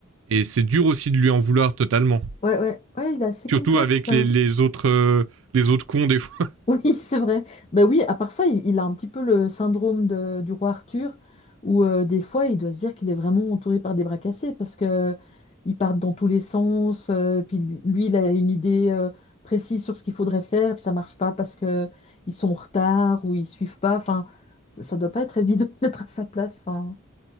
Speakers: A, on the right; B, on the left.
A: et c'est dur aussi de lui en vouloir totalement.
B: ouais, ouais. Ouais, il est assez complexe.
A: Surtout avec les, les autres euh, les autres cons des fois. <laughs>
B: Oui, <laughs> c'est vrai. Ben oui, à part ça, il, il a un petit peu le syndrome de- du roi Arthur, où euh, des fois, il doit se dire qu'il est vraiment entouré par des bras cassés, parce que ils partent dans tous les sens, euh, puis lui, lui, il a une idée euh, précise sur ce qu'il faudrait faire, puis ça marche pas parce que ils sont en retard ou ils suivent pas. Enfin, ça, ça doit pas être évident <laughs> d'être à sa place. Enfin,